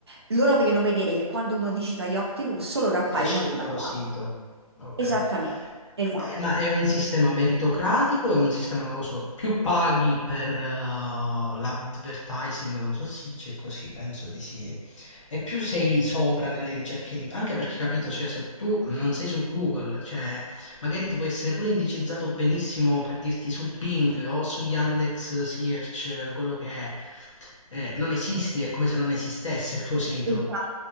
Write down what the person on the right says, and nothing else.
loro vogliono vedere che quando uno digita yacht di lusso loro appaiano
prima
di
altri.
Esattamente, esatto.
Esatto.